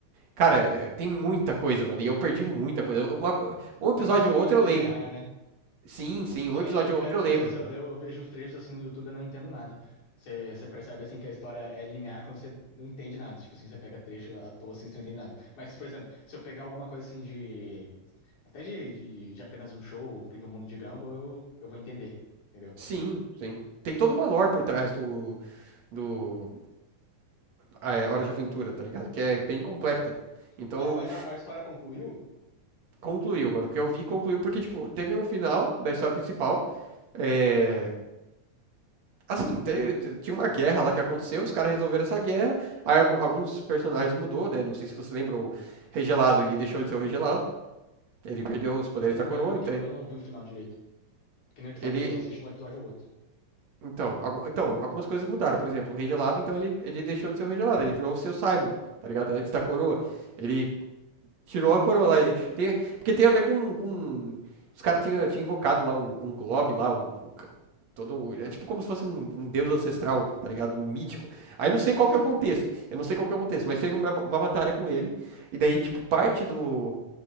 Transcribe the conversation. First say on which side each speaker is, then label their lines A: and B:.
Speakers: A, on the right; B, on the left.
A: cara, é, tem muita coisa, mano. E eu perdi muita coisa. Uma- um episódio
B: É uma história
A: ou outro
B: mais
A: eu
B: linear,
A: lembro.
B: né?
A: Sim, sim,
B: Que
A: um
B: nem
A: episódio
B: eu, pe-
A: ou outro
B: eu
A: eu lembro.
B: às vezes eu, eu- eu vejo trechos assim no YouTube e eu não entendo nada. Você você percebe assim que a história é linear quando você não entende nada. Tipo assim, você pega trecho à toa assim, você não entende nada. Mas, por exemplo, se eu pegar alguma coisa assim de Até de, de, de apenas um show, O Incrível Mundo de Gumball, eu, eu vou entender, entendeu?
A: Sim, sim. Tem toda uma lore por trás do, do ah, é, Hora de Aventura, tá ligado? Que é bem completa. Então,
B: Mas, mas a, a história concluiu?
A: concluiu, mano. O que eu vi concluiu porque, tipo, teve um final da história principal. É, Assim, te- te- tinha uma guerra lá que aconteceu, os caras resolveram essa guerra, aí algu- alguns personagens mudou, né? Não sei se você lembra o Regelado, ele deixou de ser o Regelado, ele perdeu os poderes
B: Eu não
A: da coroa,
B: lembro, porque
A: então
B: eu, eu não vi o final direito. Que nem eu te falei,
A: ele...
B: eu assisti um episódio ou outro.
A: Então, algu- então algumas coisas mudaram, por exemplo, o Regelado, então ele, ele deixou de ser o Regelado, ele virou o seu Simon, tá ligado? Antes da coroa, ele tirou a coroa
B: Ah,
A: lá, e tem- porque tem a ver com... com... Os caras tinham tinha invocado lá um, um globe lá, um, um Todo, é tipo como se fosse um, um deus ancestral, tá ligado? Um mítico. Aí não sei
B: ah,
A: qual que é o contexto. Eu não sei qual que é o contexto, mas teve uma, uma batalha com ele. E daí, tipo, parte do,